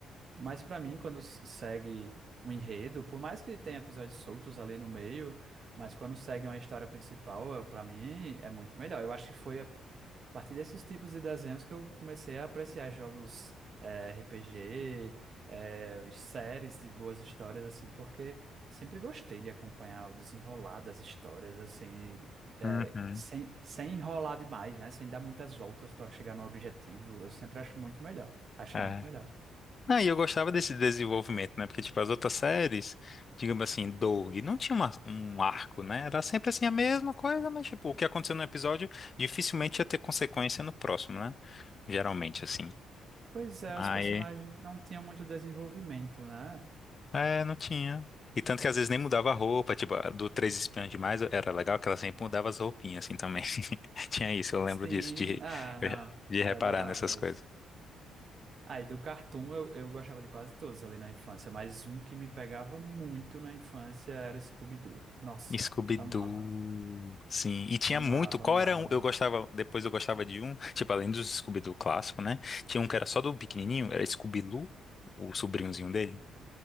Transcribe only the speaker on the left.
Uhum,
é.
Ah, e eu gostava desse desenvolvimento, né? Porque, tipo, as outras séries, digamos assim, Doug, não tinha uma- um arco, né? Era sempre assim a mesma coisa, mas, tipo, o que aconteceu no episódio dificilmente ia ter consequência no próximo, né? Geralmente, assim.
Aí,
é, não tinha. E tanto que às vezes nem mudava a roupa, tipo, a do Três Espiãs Demais era legal que ela sempre mudava as roupinhas, assim, também. <laughs> Tinha isso, eu lembro
disso, de,
de reparar
nessas coisas.
Scooby-Doo,
sim. E tinha
muito. Qual
era um?
Eu gostava. Depois eu gostava de um. Tipo, além dos Scooby-Doo clássico, né? Tinha um que era só do pequenininho. Era Scooby-Loo, o sobrinhozinho dele.